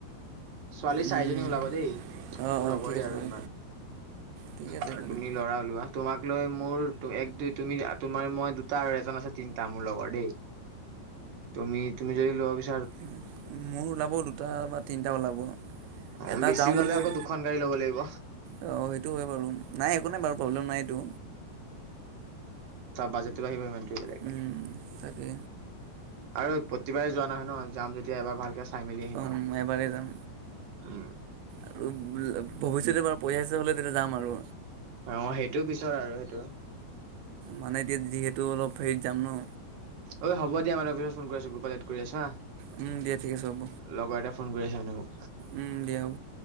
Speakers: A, on the right; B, on the right.
A: ছোৱালী চাৰিজনী
B: উম।
A: ওলাব দেই
B: অঁ
A: মোৰ
B: অঁ
A: লগৰে
B: ঠিক আছে
A: আৰু
B: বাৰু
A: ইমান
B: ঠিক আছে
A: আৰু
B: একো
A: তুমি
B: নাই
A: লৰা ওলোৱা। তোমাক লৈ মোৰ টো এক দুই তুমি তোমাৰ মই দু- তাৰ এজন আছে তিনিটা মোৰ লগৰ লৌ তুমি তুমি যদি লোৱা পিছ
B: উ মোৰ ওলাব দুটা বা তিনিটা ওলাব।
A: অ
B: এটা
A: বেছি
B: যাওঁ
A: ওলালে
B: বুলি
A: আকৌ
B: কৈ
A: দুখন গাড়ী ল'ব লাগিব
B: অ সেইটো হয় বাৰু নাই একো নাই বাৰু প্ৰব্লেম নাই এইটো।
A: বাজেটো আহিব সিমান তে বেলেগ একো
B: উম।
A: নাই
B: তাকে
A: আৰু প্ৰতিবাৰে যোৱা নহয় নহয়। যাম যেতিয়া এবাৰ ভালকে চাই মেলি আহিম
B: অ
A: আৰু
B: এবাৰেই যাম
A: উম
B: আৰু ভৱিষ্যতে বাব, পঢ়ি আহিছে বোলে তেতিয়া যাম আৰু,
A: অ সেইটো পিছৰ আৰু সেইটো।
B: মানে এতিয়া যিহেতু অলপ হেৰিত যাম ন,
A: অঐ হ'ব দিয়াাৰ মই অলপ পিছত ফোন কৰি আছো, গ্ৰোপত এড কৰি আছো হা।
B: উম দিয়া ঠিক আছে হ'ব।
A: লগৰ এটাই ফোন কৰি আছে মানে মোক।
B: উম দিয়া আও।